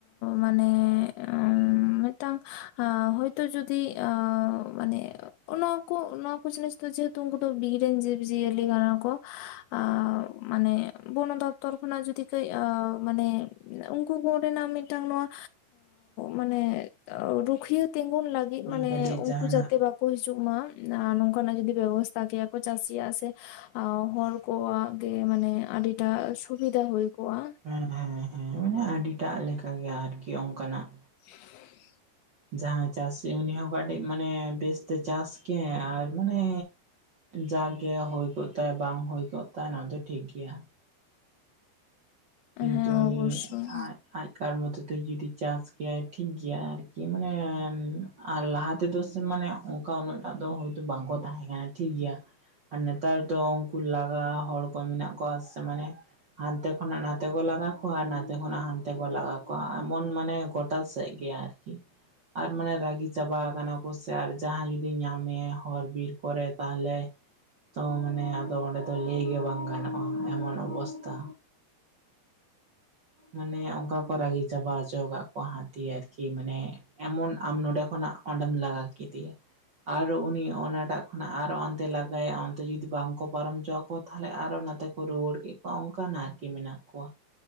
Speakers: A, on the left; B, on the right.
A: ᱢᱟᱱᱮ
B: <inaudible>
A: ᱟᱸ, ᱢᱤᱫᱴᱟᱝ ᱦᱚᱳᱭᱛᱳ ᱡᱩᱫᱤ ᱢᱟᱱᱮ <unintelligible> <unintelligible> ᱡᱮᱦᱮᱛᱩ ᱩᱱᱠᱩ ᱫᱚ ᱵᱤᱨ ᱨᱮᱱ ᱡᱤᱵᱽ ᱡᱤᱭᱟᱹᱞᱤ ᱠᱟᱱᱟ ᱠᱚ ᱟᱨ ᱢᱟᱱᱮ ᱾ ᱵᱚᱱᱚ ᱫᱚᱯᱛᱚᱨ ᱠᱷᱚᱱᱟᱜ ᱡᱩᱫᱤ ᱠᱟᱹᱡ ᱢᱟᱱᱮ ᱩᱱᱠᱩ ᱠᱚᱨᱮᱱᱟᱜ ᱢᱤᱫᱴᱟᱝ ᱱᱚᱣᱟ ᱢᱟᱱᱮ ᱨᱩᱠᱷᱤᱭᱟᱹ ᱛᱤᱸᱜᱩᱱ ᱞᱟᱹᱜᱤᱫ ᱢᱟᱱᱮ
B: ᱠᱟᱹᱴᱤᱡ
A: ᱩᱱᱠᱩ
B: ᱡᱟᱦᱟᱱᱟᱜ
A: ᱡᱟᱛᱮ ᱵᱟᱠᱚ ᱠᱚ ᱦᱤᱡᱩᱜ ᱢᱟ ᱟᱨ ᱱᱚᱝᱠᱟᱱᱟᱜ ᱡᱩᱫᱤ ᱵᱮᱵᱚᱥᱛᱟ ᱠᱮᱭᱟ ᱠᱚ ᱪᱟᱹᱥᱤᱭᱟᱜ ᱥᱮ ᱦᱚᱲ ᱠᱚᱣᱟᱜ ᱜᱮ ᱢᱟᱱᱮ ᱟᱹᱰᱤᱴᱟᱜ ᱥᱩᱵᱤᱫᱷᱟ ᱦᱩᱭ ᱠᱚᱜᱼᱟ
B: ᱦᱮᱸ ᱦᱮᱸ ᱦᱮᱸ ᱢᱟᱱᱮ ᱟᱹᱰᱤᱴᱟᱜ ᱞᱮᱠᱟ ᱜᱮ ᱟᱨᱠᱤ ᱚᱱᱠᱟᱱᱟᱜ
A: <inaudible>
B: ᱡᱟᱦᱟᱸᱭ ᱪᱟᱹᱥᱤ ᱡᱚᱢᱤ ᱦᱚᱸ ᱠᱟᱹᱴᱤᱡ ᱢᱟᱱᱮ ᱵᱮᱥᱛᱮ ᱪᱟᱥ ᱠᱮ ᱟᱨ ᱢᱟᱱᱮ ᱡᱟᱜᱮ ᱦᱩᱭ ᱠᱚᱜ ᱛᱟᱭ ᱵᱟᱝ ᱦᱩᱭ ᱠᱚᱜ ᱛᱟᱭᱟ ᱚᱱᱟ ᱫᱚ ᱴᱷᱤᱠ ᱜᱮᱭᱟ ᱠᱤᱱᱛᱩ
A: ᱦᱮᱸ ᱚᱵᱚᱥᱥᱳᱭ
B: ᱱᱩᱭ ᱟᱡ ᱟᱭᱠᱟᱨ ᱢᱚᱛ ᱛᱮ ᱡᱩᱫᱤ ᱪᱟᱥ ᱠᱮᱭᱟᱭ ᱴᱷᱤᱠ ᱜᱮᱭᱟ ᱟᱨᱠᱤ ᱢᱟᱱᱮ ᱟᱨ ᱞᱟᱦᱟ ᱛᱮᱫᱚ ᱥᱮ ᱢᱟᱱᱮ ᱚᱱᱠᱟ ᱩᱱᱟᱹᱜᱴᱟᱜ ᱫᱚ ᱦᱚᱭᱛᱚ ᱵᱟᱝᱠᱚ ᱛᱟᱦᱮᱸ ᱠᱟᱱᱟ ᱴᱷᱤᱠ ᱜᱮᱭᱟ ᱟᱨ ᱱᱮᱛᱟᱨ ᱫᱚ ᱩᱱᱠᱩ ᱞᱟᱜᱟ ᱦᱚᱲ ᱠᱚ ᱢᱮᱱᱟᱜ ᱠᱚᱣᱟ ᱥᱮ ᱢᱟᱱᱮ ᱦᱟᱱᱛᱮ ᱠᱷᱚᱱᱟᱜ ᱱᱟᱛᱮ ᱦᱟᱱᱛᱮ ᱠᱚ ᱞᱟᱜᱟ ᱠᱚᱣᱟ ᱟᱨ ᱱᱟᱛᱮ ᱠᱷᱚᱱᱟᱜ ᱦᱟᱱᱛᱮ ᱠᱚ ᱞᱟᱜᱟ ᱠᱚᱣᱟ ᱮᱢᱚᱱ ᱢᱟᱱᱮ ᱜᱚᱴᱟ ᱥᱮᱫ ᱜᱮ ᱟᱨᱠᱤ ᱟᱨ ᱢᱟᱱᱮ ᱨᱟᱜᱤ ᱪᱟᱵᱟ ᱠᱟᱱᱟ ᱠᱚ ᱥᱮ ᱟᱨ ᱡᱟᱦᱟᱸᱭ ᱡᱩᱫᱤ ᱧᱟᱢᱮᱭᱟ ᱦᱚᱨ ᱵᱤᱨ ᱠᱚᱨᱮ ᱛᱟᱦᱚᱞᱮ ᱛᱚ ᱢᱟᱱᱮ ᱟᱫᱚ ᱚᱸᱰᱮ ᱫᱚ ᱞᱟᱹᱭ ᱜᱮ ᱵᱟᱝ ᱜᱟᱱᱚᱜᱼᱟ ᱮᱢᱚᱱ ᱚᱵᱚᱥᱛᱟ ᱢᱟᱱᱮ ᱚᱱᱠᱟ ᱠᱚ ᱨᱟᱹᱜᱤ ᱪᱟᱵᱟ ᱦᱚᱪᱚ ᱠᱟᱜ ᱠᱚᱣᱟ ᱦᱟᱹᱛᱤ ᱟᱨᱠᱤ ᱢᱟᱱᱮ ᱮᱢᱚᱱ ᱟᱢ ᱱᱚᱰᱮ ᱠᱷᱚᱱᱟᱜ ᱚᱸᱰᱮᱢ ᱞᱟᱜᱟ ᱠᱮᱫᱮᱭᱟ ᱟᱨᱚ ᱩᱱᱤ ᱚᱱᱟᱴᱟᱜ ᱠᱷᱚᱱᱟᱜ ᱟᱨᱚ ᱚᱱᱛᱮ ᱞᱟᱜᱟᱭᱟ ᱚᱱᱛᱮ ᱡᱩᱫᱤ ᱵᱟᱝᱠᱚ ᱯᱟᱨᱚᱢ ᱦᱚᱪᱟᱠᱣᱟ ᱛᱟᱦᱚᱞᱮ ᱟᱨᱚ ᱱᱟᱛᱮ ᱠᱚ ᱨᱩᱣᱟᱹᱲ ᱠᱮᱫ ᱠᱚᱣᱟ ᱚᱱᱠᱟᱱ ᱟᱨᱠᱤ ᱢᱮᱱᱟᱜ ᱠᱚᱣᱟ